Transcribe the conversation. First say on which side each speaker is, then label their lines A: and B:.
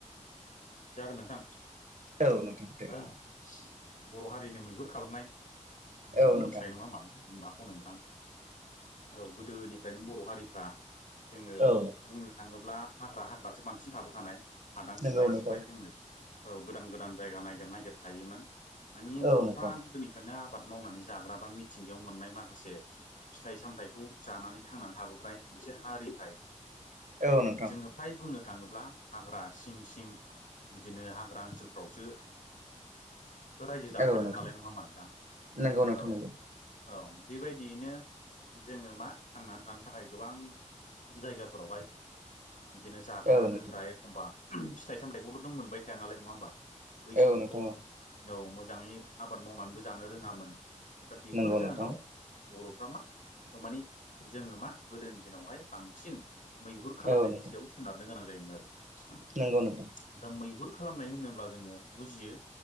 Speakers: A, on the left (about 90°); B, on the right (about 70°).
A: जागोन नोंथां।
B: औ नोंथां। दे
A: बर' हारिनि मैहुर खालामनाय जोंथ'
B: औ नोंथां
A: मिथिखायो नङा होमबा माखौ होनो नोंथां औ गोदोनिफ्रायनो बर' हारिफ्रा जोङो
B: औ नोंथां
A: बुंनो थाङोब्ला हाग्रा हाग्रासो बांसिन थाबोखानाय। हादान
B: नंगौ
A: सिफाय
B: नोंथां
A: सिफाय जोङो औ गोदान गोदान जायगा नागिर नागिर थायोमोन। मानि
B: औ
A: बर'फ्रा
B: नोंथां
A: गोदोनिफ्रायनो आबाद मावनानै जाग्रा बा मिथिंगायाव मोननाय मा माखासे फिथाइ सामथाइखौ जानानै थांनानै थाबोनाय मोनसे हारिखाय
B: औ नोंथां।
A: जोङो फ्राय बुंनो थाङोब्ला हाग्रा सिं-सिं बिदिनो हाग्रा ओनसोलफ्रावसो रायजो जाबोखादोंमोन
B: औ नोंथां
A: नालाय नङा होमबा नोंथां औ
B: नंगौ नोंथां
A: औ।
B: नंगौ
A: औ बेबायदियैनो जोङो मा थांनानै थानो थाखाय गोबां जायगाफोरावहाय बिदिनो जाग्रा-लोंग्रा
B: औ नोंथां
A: एखमबा फिथाइ सामथाइखौथ' नों मोनबाय थाया नालाय नङा होनोबा। बै समावथ'
B: औ नोंथां औ
A: औ मोजाङै आबाद मावनानैबो जानो रोङामोन। दा बेफोर
B: नंगौ नोंथां
A: जाहोनाव बर'फ्रा मा ओ मानि जोङो मा गोदोनि दिनावहाय बांसिन मैहुर खालामनायनि
B: औ नोंथां
A: सायाव सोनारनो गोनां जायोमोन आरो।
B: नंगौ नोंथां।
A: दा मैहुर खालामनाय होनोब्ला जोङो बुजियो